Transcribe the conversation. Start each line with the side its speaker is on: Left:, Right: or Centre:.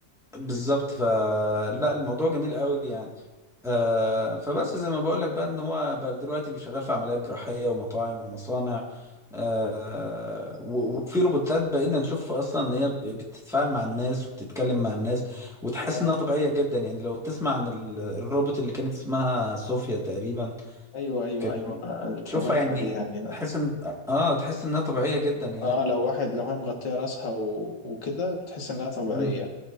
Centre: بالظبط فلا الموضوع جميل قوي يعني آه فبس زي ما بقول لك بقى ان هو بقى دلوقتي بيشغال في عمليات جراحيه ومطاعم ومصانع آه و- وفي روبوتات بقينا نشوف اصلا ان هي ب- بتتفاعل مع الناس وبتتكلم مع الناس وتحس
Left: اه
Centre: انها طبيعيه جدا يعني لو تسمع عن ال- الروبوت اللي كانت اسمها صوفيا تقريبا
Left: ايوه ايوه
Centre: كان
Left: ايوه أنا اتفرجت
Centre: تشوفها يعني
Left: عليها كده
Centre: تحس ان اه تحس انها طبيعيه جدا يعني
Left: اه لو واحد لو هي مغطيه راسها و... وكده بتحس انها طبيعيه
Centre: مم.